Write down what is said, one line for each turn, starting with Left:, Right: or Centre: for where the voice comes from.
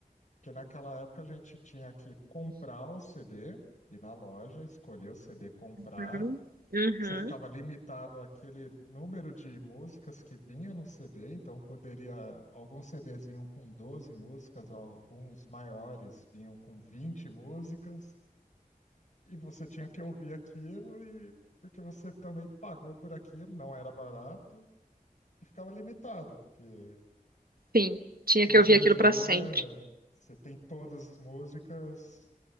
Left: porque naquela época a gente tinha que comprar o CD, ir na loja, escolher o CD, comprar.
Right: Uhum. Uhum.
Left: Você ficava limitado àquele número de músicas que vinha no CD, então poderia, alguns CDs vinham com 12 músicas, alguns maiores vinham com 20 músicas, e você tinha que ouvir aquilo e porque você também pagou por aquilo, não era barato e ficava limitado, porque
Right: Sim, tinha
Left: hoje
Right: que ouvir
Left: em
Right: aquilo
Left: dia
Right: pra sempre.
Left: você tem todas as músicas